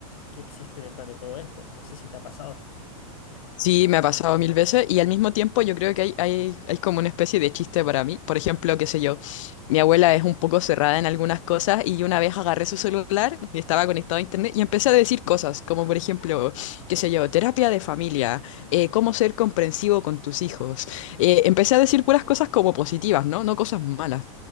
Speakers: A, on the left; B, on the left.
A: ¿qué existe detrás de todo esto? No sé si te ha pasado.
B: Sí, me ha pasado mil veces y al mismo tiempo yo creo que hay, hay, hay como una especie de chiste para mí. Por ejemplo, qué sé yo, mi abuela es un poco cerrada en algunas cosas y yo una vez agarré su celular y estaba conectado a internet y empecé a decir cosas como por ejemplo, qué sé yo, terapia de familia, eh, cómo ser comprensivo con tus hijos. Eh, empecé a decir puras cosas como positivas, ¿no? No cosas malas,